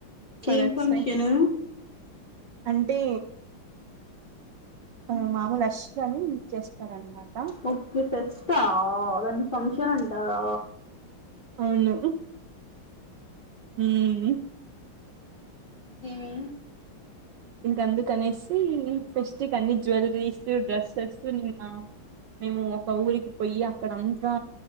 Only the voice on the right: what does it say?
సో
దట్స్
వై అంటే ఆ మామూలు అశ్వ్ అని చేస్తారనమాట
అవును ఊమ్
ఇంక అందుకనేసి ఫెస్ట్కీ అన్ని జ్యువెలరీస్ డ్రెస్సెస్ నిన్న మేము ఒక ఊరికి పోయి అక్కడంతా